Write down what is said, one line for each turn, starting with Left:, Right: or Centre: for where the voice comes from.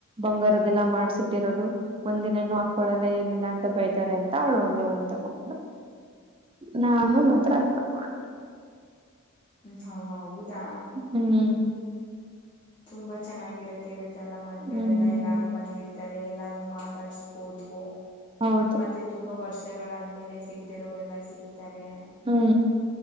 Right: ಬಂಗಾರದದೆಲ್ಲ ಮಾಡ್ಸಿಟ್ಟಿರೋದು ಒಂದಿನಾನೂ ಹಾಕಳಲ್ಲ ಏನಿಲ್ಲ ಅಂತ ಬೈತಾರೆ ಅಂತ ಅವಳು ಒಂದ ಅಂತಗ
Left: ಹ
Right: ನಾನು ಮಾತ್ರ ಅ ಮಾಡ
Left: ಹ್ಮ್ ಹೌ ಹೌದಾ
Right: ಹ್ಮ್
Left: ತುಂಬಾ ಚೆನ್ನಾಗಿರತ್ತೆ ಇರುತ್ತೆ ಅಲ್ಲ ಮದ್ವೆಲೆ
Right: ಹ್ಮ್
Left: ಎಲ್ಲಾ ಎಲ್ಲಾರು ಬಂದಿರ್ತ ಎಲ್ಲಾರ್ ಮಾತಾಡಸ್ಬೋದು
Right: ಹೌದು
Left: ಮತ್ತೆ ತುಂಬಾ ವರ್ಷ ಗಳಾದ್ಮೇಲೆ ಸಿಗ್ದೆರೋರೆಲ್ಲ ಸಿಗ್ತಾರೆ
Right: ಹ್ಮ್